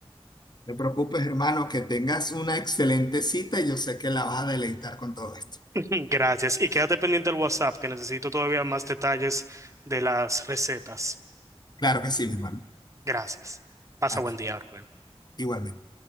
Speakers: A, on the left; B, on the right.
A: No te preocupes, hermano, que tengas una excelente cita y yo sé que la vas a deleitar con todo esto.
B: <laughs> Gracias. Y quédate pendiente al WhatsApp, que necesito todavía más detalles de las recetas.
A: Claro que sí, mi hermano.
B: Gracias. Pasa
A: A
B: buen
A: ti,
B: día, Rubén.
A: igualmente.